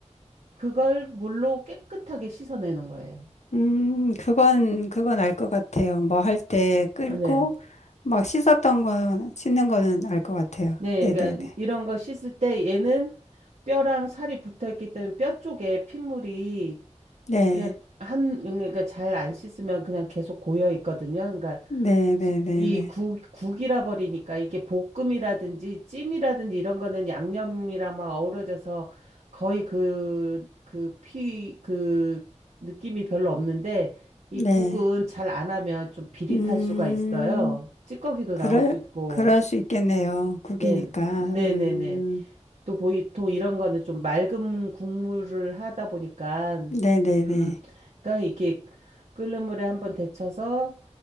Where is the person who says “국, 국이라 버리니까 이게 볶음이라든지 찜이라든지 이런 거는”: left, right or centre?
Right